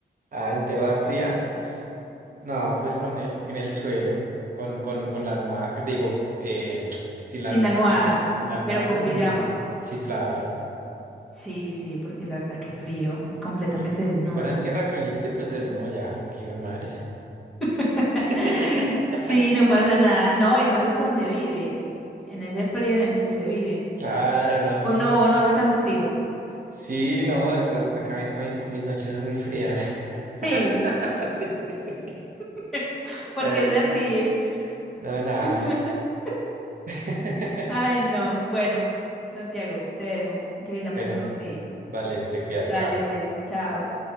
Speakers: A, on the right; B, in the centre.
A: Ah, en tierra fría, no, pues con el, en el suelo, con, con, con la almohada, digo, eh, <tsk> sin la
B: Sin
A: almohada,
B: almohada,
A: pero, sin la almohada,
B: pero con
A: pero
B: pijama.
A: cubierto. Sí, claro.
B: Sí, sí, porque la verdad que frío y completamente
A: Y
B: desnudo.
A: si fuera en tierra caliente, pues de nuevo ya, aquí ve mares.
B: <laughs>
A: <laughs>
B: Sí, no pasa nada. No, y más usted donde vive, en ese frío en el que usted vive.
A: Claro, no.
B: O no, o no hace tanto frío.
A: Sí, no, está, acá mi- a mí- mis noches son muy frías.
B: Sí,
A: <laughs> Sí, sí, sí.
B: <laughs> porque
A: Ay,
B: se ríe.
A: no, nada.
B: <laughs>
A: <laughs>
B: Ay, no. Bueno, Santiago, te dejo. Sí, ya me
A: Bueno,
B: tengo que ir.
A: vale, te cuidas,
B: Dale,
A: chao.
B: pues, chao.